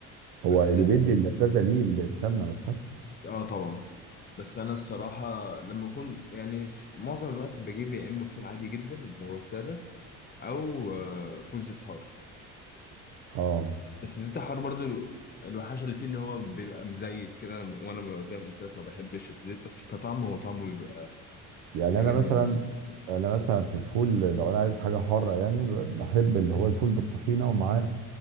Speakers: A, on the left; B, on the right.
A: بس
B: هو اللي بيدي اللذاذه ليه السمنه نفسها
A: اه طبعا بس انا الصراحة لما اكون يعني في معظم الوقت بجيب يا اما فول عادي جدا اللي هو السادة او آه، فول زيت حار
B: اه
A: بس زيت الحار برضو الو- الوحشه اللي فيه ان هو بيبقى مزيت كده أنا- وانا ببقى زي ما قلت لك ما بحبش الزيت بس كطعم هو طعمه بيبقى
B: يعني
A: بيعجبني
B: انا مثلا
A: اصلا
B: انا مثلا في الفول لو انا عايز حاجه حاره يعني ب- بحب اللي هو الفول بالطحينه ومعاه